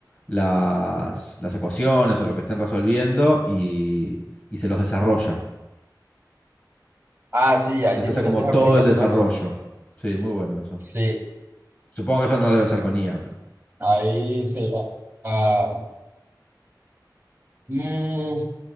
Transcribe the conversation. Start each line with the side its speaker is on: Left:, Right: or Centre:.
Left: las, las ecuaciones o lo que estén resolviendo y, y se los desarrolla.
Right: Ah, sí, hay
Left: Les
Right: diferentes
Left: hace como todo
Right: aplicaciones.
Left: el desarrollo. Sí, muy bueno eso.
Right: Sí,
Left: Supongo que eso no debe ser con IA,
Right: ahí se... ah, ah, mm,